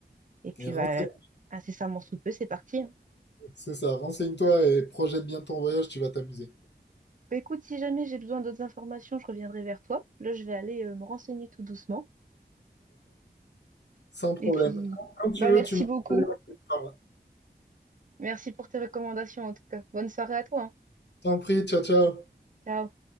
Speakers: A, on the right; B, on the left.
A: et puis,
B: Et Renseigne-toi,
A: bah, incessamment sous peu, c'est parti. hein.
B: c'est ça, renseigne-toi et projette bien ton voyage, tu vas t'amuser.
A: Bah, écoute, si jamais j'ai besoin d'autres informations, je reviendrai vers toi. Là, je vais aller, euh, me renseigner tout doucement.
B: Sans problème.
A: Et puis,
B: Quand tu
A: bah,
B: veux,
A: merci
B: tu me
A: beaucoup.
B: rappelles et on en parle.
A: Merci pour tes recommandations, en tout cas. Bonne soirée à toi. hein.
B: T'en prie, ciao, ciao.
A: Ciao.